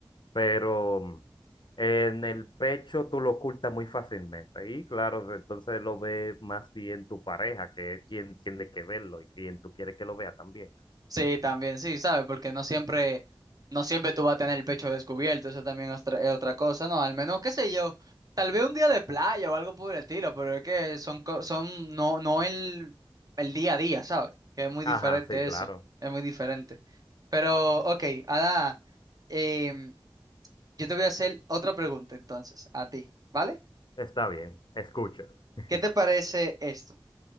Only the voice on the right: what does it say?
Sí, también, sí, ¿sabes? Porque no siempre, no siempre tú vas a tener el pecho descubierto, eso también es otra, es otra cosa, ¿no? Al menos, qué sé yo, tal vez un día de playa o algo por el estilo, pero es que son, co- son, no, no el, el día a día, ¿sabes? Que es muy diferente
eso, es muy diferente. Pero, ok, Ada, em, yo te voy a hacer otra pregunta entonces, a ti, ¿vale?
¿Qué te parece esto?